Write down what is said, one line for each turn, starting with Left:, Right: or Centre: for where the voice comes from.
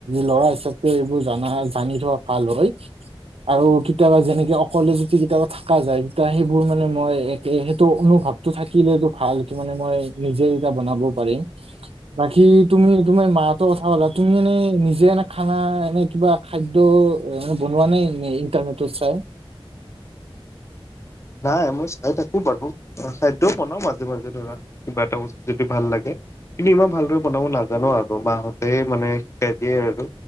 Right: ল'ৰা হিচাপে এইবোৰ জানা-জানি থোৱা ভাল হয়। আৰু কেতিয়াবা যেনেকে অকলে যদি কেতিয়াবা থাকা যায় তেতয়া সেইবোৰ মানে মই একে সেইটো অনুভৱটো থাকিলটো ভাল সেটো মানে মই নিজে এতিয়া বনাব পাৰিম। বাকী তুমি তোমাৰ মাঁহতৰ কথা ক'লা। তুমি এনে নিজে এ খানা এনে কিবা খাদ্য এনে বনোৱা নেই? উ ইণ্টাৰনেটত চাই
Left: নাই মই চাই থাকো বাৰু খাদ্যয়ও বনাওঁ মাজে মাজে ধৰা। কিবা এটা বস্তু যদি ভাল লাগে, কিন্তু ইমান ভালদৰে বনাব নাজানো আৰু মাহঁতে মানে শিকাই দিয়ে আৰু